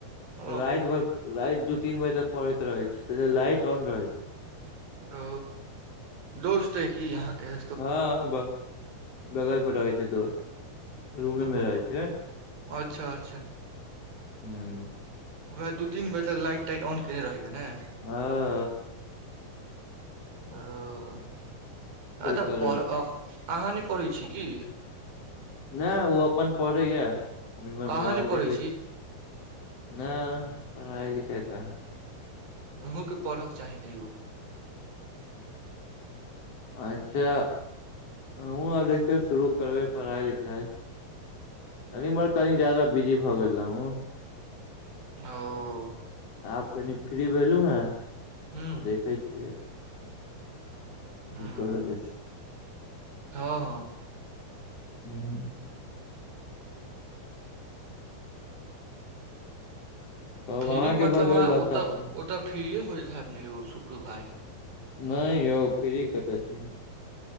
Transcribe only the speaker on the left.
राति भरि राइत दू तीन बजे तक पड़ति रहै छै से लाइट ऑन रहै छै
हँ ब बगल मे रहै छै दोस्त रूमे
मे रहै छै
हूं
अ
कारण
नय ओ अपन पढ़ैया हम इमहर
मोबाइल
देखै छी नय पढ़ाइ लिखाइ कहाँ
अच्छा हमहूँ आब देखियौ शुरू करबै पढ़ाई लिखाई कनि ईमहर कनि जादा बिजी भऽ गेल रहौं
आब कनि फ्री भेलूं हेँ तऽ
देखै छियै
कि करै के छै
उं तब
अहाँके
भऽ गेल
नाश्ता
पानी
नय यौ फ्री कतऽ छी